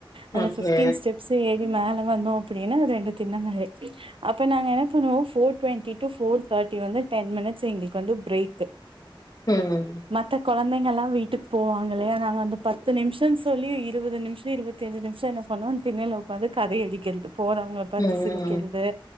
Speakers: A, on the right; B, on the left.
A: அந்த
B: ஓகே
A: பிஃப்டீன் ஸ்டெப்ஸ் ஏறி மேல வந்தோம் அப்டின்னா ரெண்டு தின்ன மாரி அப்ப நாங்க என்ன பண்ணுவோ four twenty two four thirty வந்து டென் மினிட்ஸ் எங்களுக்கு வந்து பிரேக் <inaudible>
B: உம்
A: மத்த குழந்தைங்க எல்லாம் வீட்டுக்கு போவாங்களையா நாங்க அந்த பத்து நிமிஷம்னு சொல்லி இருபது நிமிஷோ இருபத்தி அஞ்சு நிமி ஷம் என்ன பண்ண திண்ணைல உக்காந்து கதை அடிக்கிறது போறவங்கள பாத்து
B: ம்
A: சிரிக்கிறது